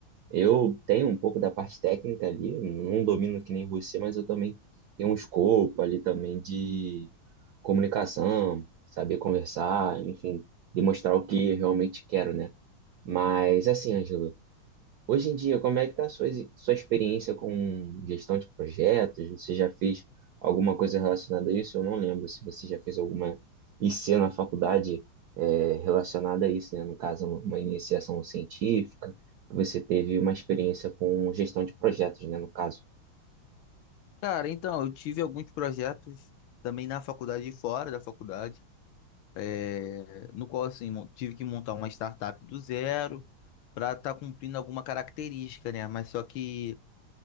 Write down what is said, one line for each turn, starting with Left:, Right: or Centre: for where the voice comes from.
Right: Eu tenho um pouco da parte técnica ali, não domino que nem você, mas eu também tenho um escopo ali também de comunicação, saber conversar, enfim, demonstrar o que eu realmente quero, né? Mas assim, Ângelo, Hoje em dia, como é que está a sua, sua experiência com gestão de projetos? Você já fez alguma coisa relacionada a isso? Eu não lembro se você já fez alguma IC na faculdade é, relacionada a isso, né? No caso, uma iniciação científica. Você teve uma experiência com gestão de projetos, né? No caso.
Left: Cara, então, eu tive alguns projetos também na faculdade e fora da faculdade, é, no qual, assim, mon- tive que montar uma startup do zero para estar cumprindo alguma característica, né? Mas só que